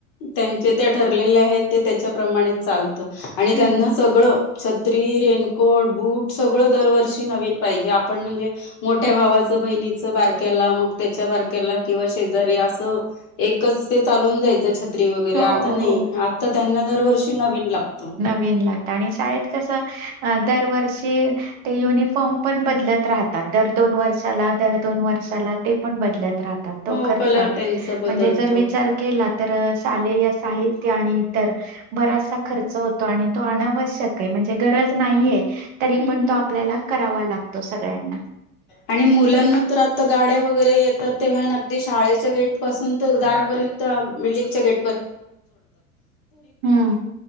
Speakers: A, on the left (about 45°); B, on the right (about 25°).
A: त्यांचे त्या ठरलेले आहेत ते त्याच्या प्र्रमाणे चालतं आणि
B: ह
A: त्यांना सगळं छत्री रेनकोट बूट सगळं दरवर्षी नवीन पाहिजे आपण म्हणजे मोठ्या भावाचं बहिणीचं बारक्याला मग त्याच्या बारक्याला किंवा शेजारी असं एकच ते चालून जायचंछ वगैरे
B: हो
A: आता नाही
B: हो.
A: आता त्यांना दरवर्षी नवीन लागतो
B: लाग आणि शाळेत कस दरवर्षी ते युनिफॉर्म पण बदलत राहतात दर दोन वर्षाला दर दोन वर्षला ते पण बदलत राहतात
A: हो
B: खर्च
A: कलर त्यांचा बदलतो
B: म्हणजे जर विचार केला तर लेय साहित्य आणि इतर बराचसा खर्च होतो आणि तो अनावश्यक आहे म्हणजे गरज नाहीये तरी
A: हम्म
B: पण तो आपल्याला करावा लागतो सगळ्यांना
A: आणि मुलांना तर आता गाड्या वगैरे येतात तेव्हा अगदी शाळेच्या गेट पासून तर दारापर्यंत बर्ण
B: हम्म